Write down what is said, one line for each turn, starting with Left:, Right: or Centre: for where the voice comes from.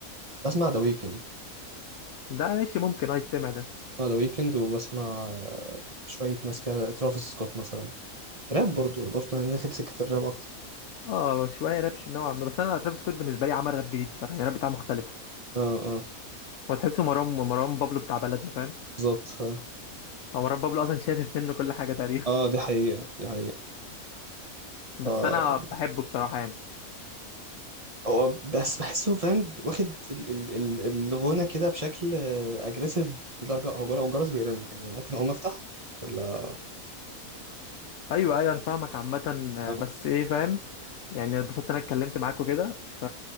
Right: بسمع ذا ويكند
Left: ده ماشي ممكن اه يتسمع ده
Right: بسمع ذا ويكند وبسمع آه، شوية ناس كده ترافيس سكوت مثلا راب برضو برضو أنا داخل سكة الراب أكتر
Left: اه شويه راب شو- نوعا ما بس انا ترافيس سكوت بالنسبه لي عمل راب جديد بصراحه يعني الراب بتاعه مختلف
Right: اه اه
Left: هو تحسه مروان مروان بابلو بتاع بلدنا فاهم
Right: بالظبط اه
Left: هو مروان بابلو اصلا شافف منه كل حاجه تقريبا
Right: آه، دي حقيقة دي حقيقة
Left: <laughs> بس
Right: آه
Left: انا بحبه بصراحه يعني
Right: هو بس بحسه فاهم واخد ال- ال- ال- الغنى كده بشكل أجريسيف بدرجة هو لو الجرس بيرن يعني ممكن أقوم أفتح ولا
Left: ايوه ايوه انا فاهمك عامه آه،
Right: آه،
Left: بس ايه فاهم يعني اتبسطت إن انا اتكلمت معاك وكده ف